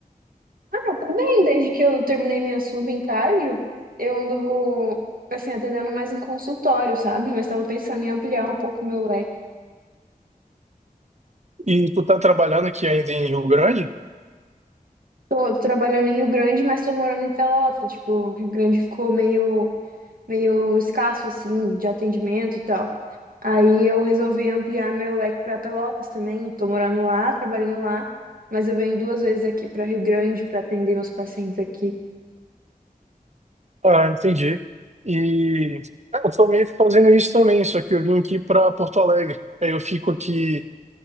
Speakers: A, on the right; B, on the right.
A: Ah, tá bem, desde que eu terminei minha sub em cardio, eu ando, assim, atendendo mais em consultório, sabe? Mas tava pensando em ampliar um pouco o meu leque.
B: E tu tá trabalhando aqui ainda em Rio Grande?
A: Tô, trabalhando em Rio Grande, mas tô morando em Pelotas. Tipo, Rio Grande ficou meio meio escasso assim de atendimento e tal. Aí eu resolvi ampliar meu leque para Pelotas também. Eu tô morando lá, trabalhando lá, mas eu venho duas vezes aqui para Rio Grande para atender meus pacientes aqui.
B: Ah, entendi. E ah, eu tô meio que fazendo isso também, só que eu vim aqui para Porto Alegre. Aí eu fico aqui